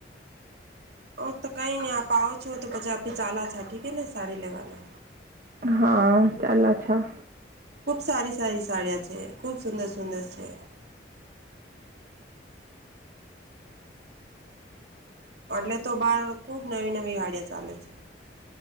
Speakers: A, on the right; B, on the right.
A: હ તો કઈ નહી આપ આવો છો તો પછી આપે ચાલા છા ઠીકે ને સાડી લેવાના.
B: હા ચાલ અછા.
A: ખુબ સારી સારી સાડિયા છે ખૂબ સુંદર સુંદર છે. એટલે તો બહાર ખુબ નવી નવી ગાડિયા ચાલે છે.